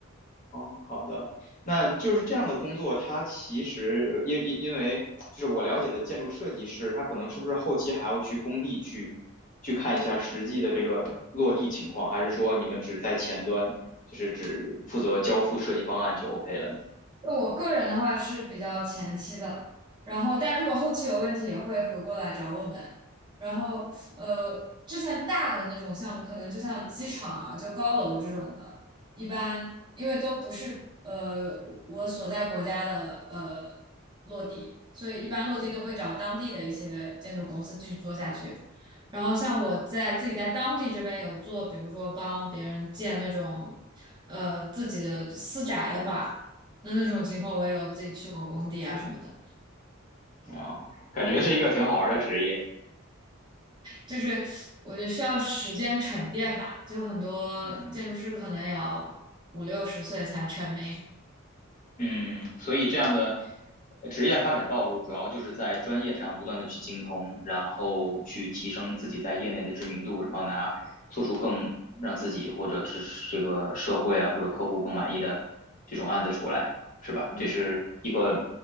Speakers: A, on the left; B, on the right.
A: 哦，好的。那就是这样的工作，它其实呃因因因为就是我了解的建筑设计师，他可能是不是后期还要去工地去去看一下实际的这个落地情况，还是说你们只在前端，就是只负责交付设计方案就 OK 了
B: 就我个人的话是比较前期的，然后但如果后期有问题也会回过来找我们。然后呃，之前大的那种项目，可能就像机场啊，就高楼这种的，一般因为都不是呃我所在国家的呃落地，所以一般落地都会找当地的一些建筑公司继续做下去。然后像我在自己在当地这边有做，比如说帮别人建那种呃自己的私宅的话。那那种情况，我也有自己去过工地啊什么的，
A: 呢？啊，感觉是一个挺好玩的职业。
B: 就是我觉得需要时间沉淀吧。就很多建筑师可能也要五六十岁才成名，
A: 嗯。嗯，所以这样的呃职业发展道路，主要就是在专业上不断的去精通，然后去提升自己在业内的知名度，然后拿做出更让自己或者是这个社会啊或者客户更满意的这种案子出来，是吧？
B: 嗯
A: 这是一个